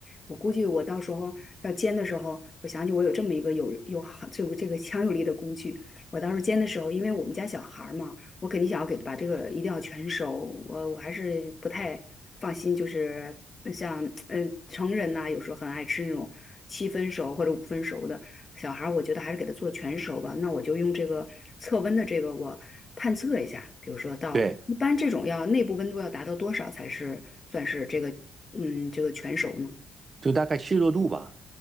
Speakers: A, on the left; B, on the right.
A: 我估计我到时候要煎的时候，我想起我有这么一个有有好这个这个强有力的工具。我到时候煎的时候，因为我们家小孩儿嘛，我肯定想要给他把这个一定要全熟。我我还是不太放心，就是像嗯、呃成人呐、有时候很爱吃那种七分熟或者五分熟的。小孩儿，我觉得还是给他做全熟吧。那我就用这个测温的这个，我探测一下，比如说到一般这种要内部温度要达到多少才是算是这个嗯这个全熟呢？
B: 对，就大概七十多度吧，